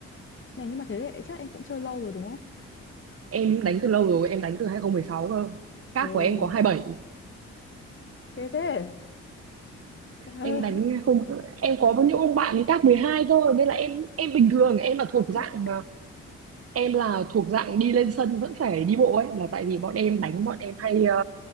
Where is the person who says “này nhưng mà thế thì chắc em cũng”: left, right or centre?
Left